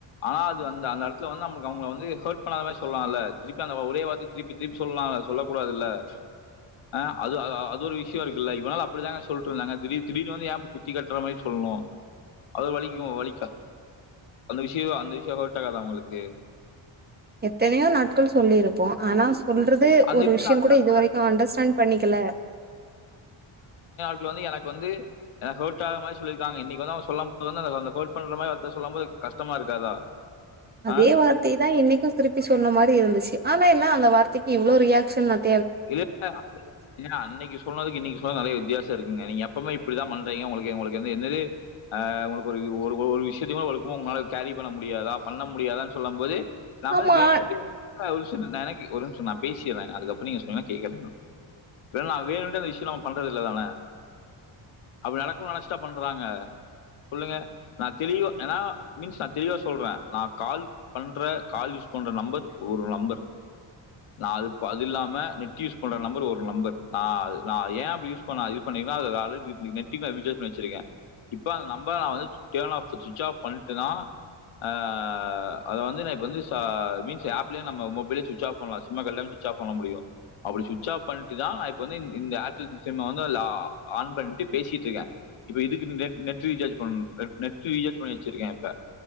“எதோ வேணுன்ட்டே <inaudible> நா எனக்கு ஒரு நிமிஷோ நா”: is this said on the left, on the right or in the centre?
Left